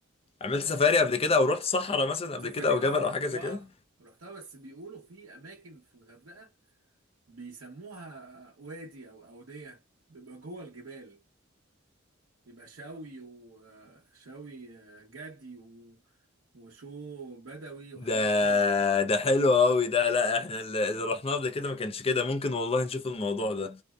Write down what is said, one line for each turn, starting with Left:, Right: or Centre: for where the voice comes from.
Left: عملت سفاري قبل كده او رحت صحراء مثلا قبل
Right: سفاري
Left: كده او
Right: اه
Left: جبل
Right: رحتها
Left: او حاجه زي كده
Right: رحتها بس بيقولوا في اماكن في الغردقه بيسموها وادي او اوديه بيبقى جوه الجبال بيبقى شوي وشوي جدي و... وشو بدوي وحاجات
Left: ده
Right: كده
Left: ده حلو قوي ده لا احنا اللي اللي رحناه قبل كده ما كانش كده ممكن والله نشوف الموضوع ده